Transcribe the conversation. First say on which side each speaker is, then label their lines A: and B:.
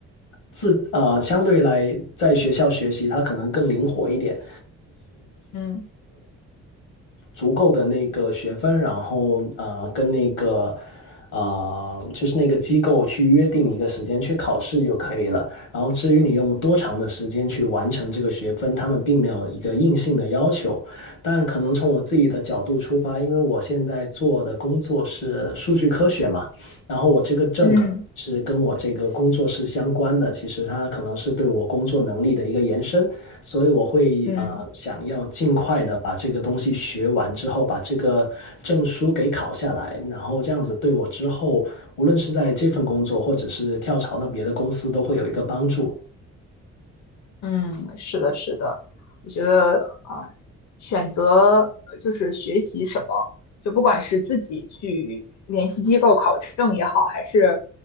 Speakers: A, on the left; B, on the left.
A: 自呃，相对来在学校学习，它可能更灵活一点。
B: 嗯
A: 足够的那个学分，然后呃跟那个呃就是那个机构去约定一个时间去考试就可以了。然后至于你用多长的时间去完成这个学分，他们并没有一个硬性的要求。但可能从我自己的角度出发，因为我现在做的工作是数据科学嘛，然后我这个证可能是跟我这个工作是相关的，
B: 嗯
A: 其实它可能是对我工作能力的一个延伸。所以我会呃想要尽快的把这个东西学完之后，
B: 嗯，
A: 把这个证书给考下来，然后这样子对我之后，无论是在这份工作，或者是跳槽到别的公司，都会有一个帮助。
B: 嗯，是的，是的，我觉得啊，选择呃就是学习什么，就不管是自己去联系机构考证也好，还是